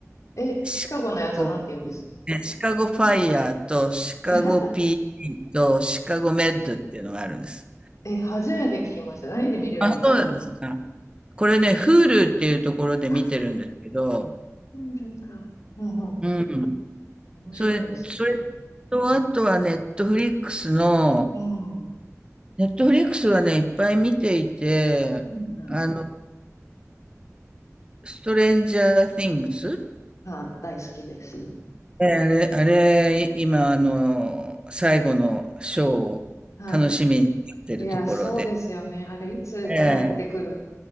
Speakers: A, on the left; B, on the right.
A: え、
B: シカゴ、
A: シカゴのやつはなんて言うんですか
B: ねシカゴファイヤーと、シカゴ
A: <laughs>
B: p ーディーと、シカゴメッドっていうのがあるんです。
A: え、初めて聞きました。何で見れるんですか
B: あ、そうなんですか。これね、Hulu っていうところで見てるんですけど、
A: あ、プールか。うんうんうん。
B: うん。
A: 面白いんですね。
B: それ、それと、あとはネットフリックスの、
A: うん。
B: ネットフリックスはね、いっぱい見ていて、
A: うんうん。
B: あの、ストレンジャー・ティングス
A: あ、大好きです。
B: えあれ、あれ、今、あの、最後のショーを楽しみにやってるところで。
A: はい。いや、そうですよね。あれ、いつ帰ってくる
B: ええ、